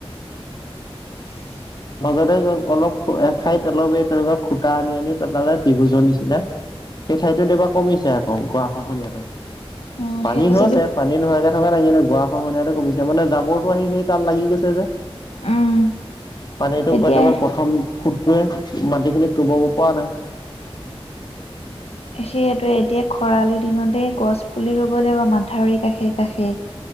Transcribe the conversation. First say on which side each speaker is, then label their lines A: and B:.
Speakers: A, on the left; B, on the left.
A: <inaudible>
B: মাজতে যে অলপ খাইত অলপ এই তেনেকুৱা খুটা আনি আনি পেলালে টিভুজৰ নিচিনা সেই ঠাইতে দেবা কমিছে আকৌ গোৱা খহনীয়াটো
A: অ অ
B: পানী
A: সেইটো
B: হৈ
A: যদি
B: হৈছে পানী নোহোৱাকে থকা নাই কিন্তু গোৱা খহনীয়াটো কমিছে মানে জাবৰটো সি তাল লাগি গৈছে যে
A: উম
B: পানীটোক
A: এতিয়া
B: একেবাৰে প্ৰথম সুতটোৱে মাটি খিনি কটোবাব পৰা নাই।
A: সেইটোৱে এতিয়া খৰালি দিনতে গছ পুলি ৰুব লাগিব মাথাউৰি কাষে কাষে